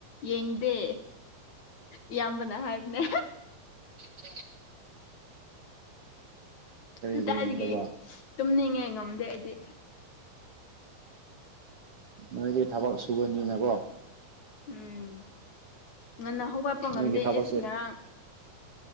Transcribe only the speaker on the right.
<inaudible> ꯀꯔꯤꯒꯤ
ꯌꯦꯡꯗꯕ
ꯅꯣꯏꯗꯤ ꯊꯕꯛ ꯁꯨꯕꯅꯤꯅꯀꯣ
ꯅꯣꯏꯒꯤ ꯊꯕꯛꯁꯦ